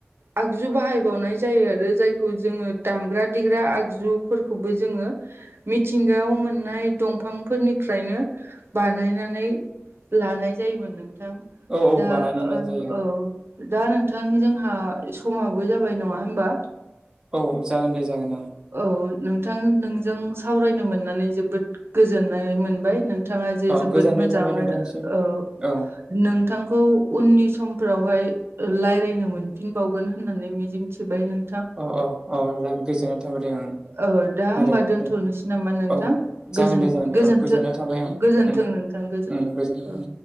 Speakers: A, on the right (about 75°); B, on the right (about 20°).
A: आगजु बाहायबावनाय जायो आरो जायखौ जोंङो दामग्रा देग्रा आगजुफोरखौबो जोंङो मिथिंगायाव मोननाय दंफांफोरनिफ्रायनो बानायनानै लानाय जायोमोन नोंथां
B: औ औ
A: दा
B: बानायनायलाय
A: औ
B: जायो
A: दा नोंथां जोंहा समाबो जाबाय नंङा होमबा?
B: औ जागोन दे जागोन अ।
A: औ नोंथां नोंजों सावरायनो मोननानै जोबोद गोजोननाय मोनबाय नों थाङा जे
B: अ
A: जोबोद
B: गोजोननाय
A: मोजाङै
B: थाबाय नोंथांसिम
A: ओ
B: औ
A: नोंथांखौ उननि समफोरावहाय लायरायनो मोनफिनबावगोन होननानै मिजिंथिबाय नों
B: अ अ अ गोजोननाय थाबाय दे ओं
A: ओहो दा होमबा
B: दे
A: दोनथ'नोसै
B: दे
A: नामा नोंथां
B: औ जागोन
A: गोजोन
B: दे जागोन दे
A: गोजोनथो
B: औ गोजोननाय थाबाय ओं
A: गोजोनथों
B: ओं
A: नोंथां थां गोजोन्थों
B: ओं गोजोनबाय
A: औ